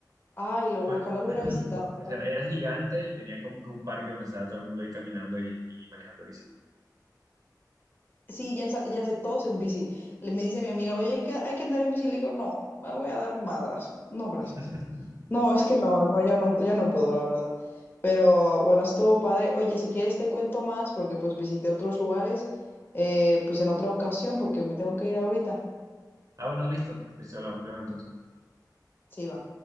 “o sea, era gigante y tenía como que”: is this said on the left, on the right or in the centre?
Right